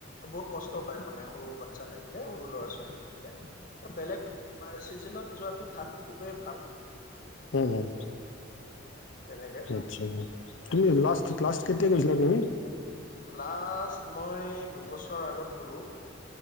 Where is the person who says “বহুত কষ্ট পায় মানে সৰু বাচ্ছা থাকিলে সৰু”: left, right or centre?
Left